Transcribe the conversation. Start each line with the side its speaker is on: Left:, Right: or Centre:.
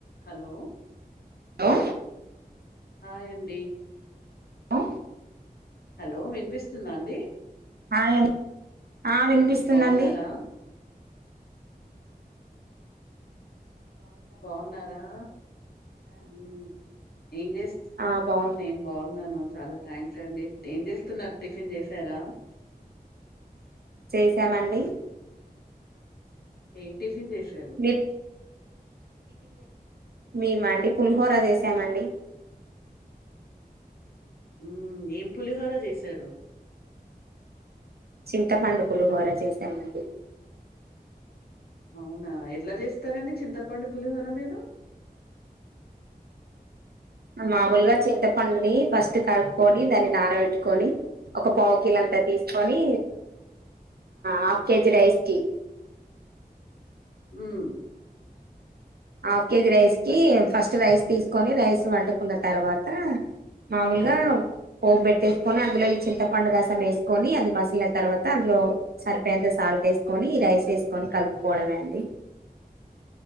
Left: Hello
Right: hello
Left: hi అండి
Right: హ
Left: hello వినిపిస్తుందా అండి
Right: హాయ్ అండ్ ఆ వినిపిస్తుందండి
Left: బావున్నారా? బాగున్నారా ఆ ము ఏం చేస్తూ
Right: ఆ బాగు
Left: నేను బాగున్నాను చాలా థ్యాంక్స్ అండి ఏం చేస్తున్నారు టిఫిన్ చేశారా
Right: చేసామండి
Left: ఏం టిప్ టి వేసారు
Right: మీరు మేమ అండి పులిహోర చేసామండి
Left: ఊ ఏం పులిహోర ఎసారు
Right: చింతపండు పులిహోర చేసాము అండి
Left: అవునా ఎట్లా చేస్తారండి చింతపండు పులిహోర మీరు
Right: మామూలుగా చింతపండుని ఫస్ట్ కలుపుకొని దాన్ని నానబెట్టుకొని, ఒక పావు కిల అంతా తీసుకొని హాఫ్ కేజీ రైస్ కి
Left: హుమ్
Right: హాఫ్ కేజీ రైస్కి ఫస్ట్ రైస్ తీసుకొని రైస్ వండుకున్న తర్వాత మామూలుగా పోపు పెట్టేసుకుని, అందులో చింతపండు రసం వేసుకొని అది మసిలిన తర్వాత అందులో సరిపోయేంత సాల్ట్ వేసుకొని ఈ రైస్ వేసుకొని కలుపుకోవడంమే అండి,